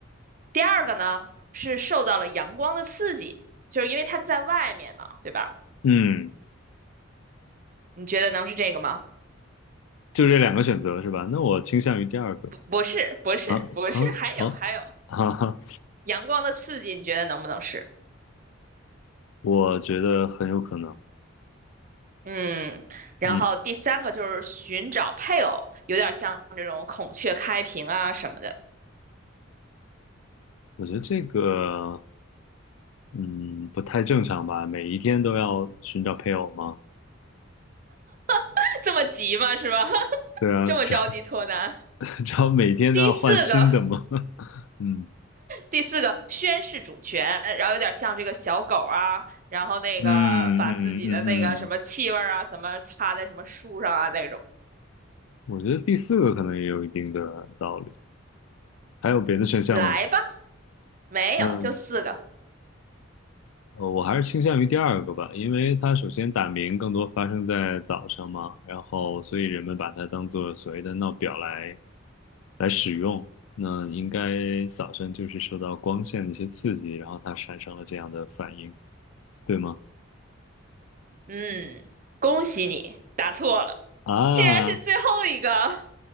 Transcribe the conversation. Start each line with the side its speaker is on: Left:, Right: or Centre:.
Right: 第二个呢是受到了阳光的刺激，就是因为它在外面嘛，对吧？
Left: 嗯，
Right: 你觉得能是这个吗？
Left: 就这两个选择是吧？那我倾向于第二个
Right: 不，不是，不是，
Left: 啊啊哦，
Right: 不是，还有还有
Left: 哈哈，
Right: 阳光的刺激，你觉得能不能是？
Left: 我觉得很有可能，
Right: 嗯，然后第三个就是寻找配偶，
Left: 嗯，
Right: 有点像这种孔雀开屏啊什么的，
Left: 我觉得这个，嗯，不太正常吧？每一天都要寻找配偶吗？
Right: <laughs> 这么急吗？是吧？<laughs>
Left: 对啊，
Right: 这么着急脱单？
Left: <laughs> <laughs> 知道每天都要换新的吗？
Right: 第四个
Left: <laughs> 嗯
Right: 第四个宣誓主权，然后有点像这个小狗啊，然后那个把自己的那个什么气味儿啊，
Left: 嗯嗯嗯嗯，
Right: 什么插在什么树上啊那种。
Left: 我觉得第四个可能也有一定的道理。还有别的选项吗？
Right: 来吧，没有，
Left: 嗯，
Right: 就四个。
Left: 呃我还是倾向于第二个吧，因为它首先打鸣更多发生在早上嘛，然后所以人们把它当做所谓的闹表来来使用。那应该早晨就是受到光线的一些刺激，然后它产生了这样的反应，对吗？
Right: 嗯，恭喜你答错了，
Left: 啊，
Right: 竟然是最后一个，